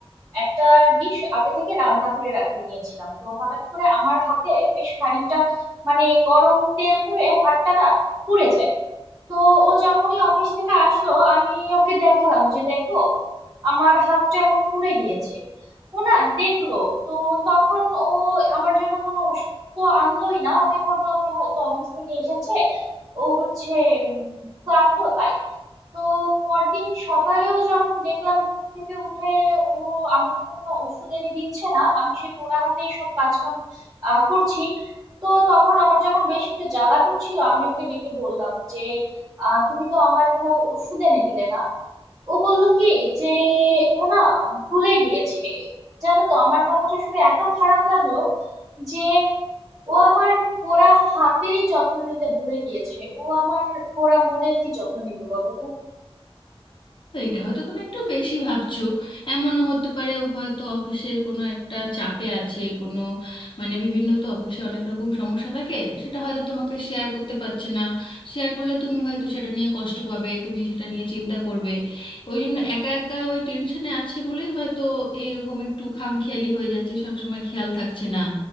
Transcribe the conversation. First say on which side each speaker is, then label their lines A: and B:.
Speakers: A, on the right; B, on the left.
A: একটা ডিশ আগে থেকে রান্না করে রাখতে নিয়েছিলাম তো হঠাৎ করে আমার হাতে বেশ খানিকটা মানে গরম তেল পড়ে হাতটা না পুড়ে যায় তো ও যখনই অফিস থেকে আসলো আমি ওকে দেখালাম যে দেখো আমার হাতটা এমন পুড়ে গিয়েছে ও না দেখলো তো তখন ও আমার জন্য কোনো ওষুধ তো আনলোই না আমি ভাবলাম যে হয়তো অফিস থেকে এসেছে ও হচ্ছে উম, ক্লান্ত তাই তো পরদিন সকালেও যখন দেখলাম ঘুম থেকে উঠে ও আমার জন্য কোনো ওষুধ এনে দিচ্ছে না আমি সেই পোড়া হাতেই সব কাজকাম আহ, করছি তো তখন আমার যখন বেশ একটু জ্বালা করছিল আমি ওকে ডেকে বললাম যে আহ, তুমি তো আমার কোনো ওষুধ এনে দিলে না ও বলল কি যে ও না ভুলে গিয়েছে জানো তো আমার কথাটা শুনে এত খারাপ লাগলো যে ও আমার পোড়া হাতেরই যত্ন নিতে ভুলে গিয়েছে ও আমার পোড়া মনের কি যত্ন নিবে বলো তো
B: এটা হয়তো তুমি একটু বেশি ভাবছো এমনও হতে পারে ও হয়তো অফিসের কোনো একটা চাপে আছে কোনো মানে বিভিন্ন তো অফিসে অনেক রকম সমস্যা থাকে সেটা হয়তো তোমাকে শেয়ার করতে পারছে না শেয়ার করলে তুমি হয়তো সেটা নিয়ে কষ্ট পাবে তুমি সেটা নিয়ে চিন্তা করবে ওই জন্য একা একা ওই টেনশনে আছে বলেই হয়তো এইরকম একটু খামখেয়ালি হয়ে যাচ্ছে সবসময় খেয়াল থাকছে না